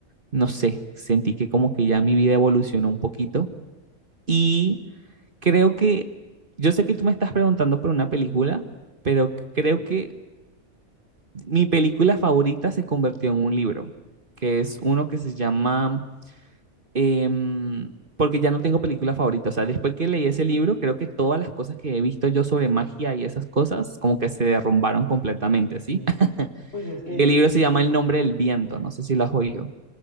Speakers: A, on the right; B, on the left.
A: no sé, sentí que como que ya mi vida evolucionó un poquito, y creo que, yo sé que tú me estás preguntando por una película, pero creo
B: sí,
A: que Mi película favorita se convirtió en un libro, que es uno que se llama, em, porque ya no tengo película favorita, o sea, después que leí ese libro, creo que todas las cosas que he visto yo sobre magia y esas cosas, como que se derrumbaron completamente, ¿sí?
B: sí.
A: <laughs>
B: Pues es que
A: Y el libro se llama
B: es
A: El
B: un...
A: nombre del viento, no sé si lo has oído.